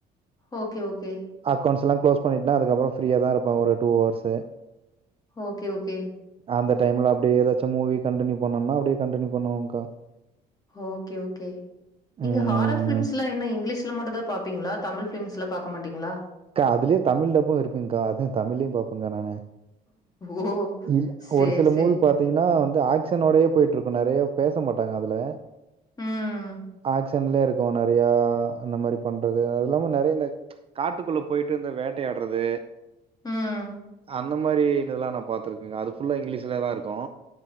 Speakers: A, on the left (about 20°); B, on the right (about 35°).
A: ஓகே ஓகே
B: அக்கௌண்ட்ஸ் எல்லா க்ளோஸ் பண்ணிட்னா அதுக்கப்பறோ ஃப்ரீயா தா இருப்ப ஒரு டூ ஹவர்ஸு.
A: ஓகே ஓகே
B: அந்த டைம்ல அப்டே எதாச்சு மூவி கண்டின்யூ பண்ணுனா அப்டி கண்டின்யூ பண்ணுவக்கா.
A: Okay okay. நீங்க
B: ம்
A: ஹாரஃப் ஃப்லிம்ஸ்ல என்ன இங்கிலீஷ்ல மட்டுந்தா பாப்பீங்களா. தமிழ் ஃப்லிம்ஸ்லா பாக்க மாட்டீங்களா
B: கா அதுலயே தமிழ் டப்பூ இருக்குங்க்கா. அது தமிழ்லயூ பாப்பக்கா நானு.
A: ஓ!
B: இல்
A: சரி,
B: ஒரு சில
A: சரி.
B: மூவி பாத் பாத்தீங்கன்னா வந்து ஆக்சன் ஓடயே போய்ட்டு இருக்கு நறையா பேச மாட்டாங்க அதுல.
A: ம்.
B: ஆக்சன்லே இருக்கு நறையா அந்த மாரி பண்றது. அது இல்லாம நறையா இந்த ட்டுக்குள்ள போய்ட்டு இந்த வேட்டயாட்றது
A: ம்.
B: அந்த மாரின்லா நா பாத்துருக்கேக்கா. அது ஃபுல்லா இங்கிலீஷ்லே தா இருக்கு.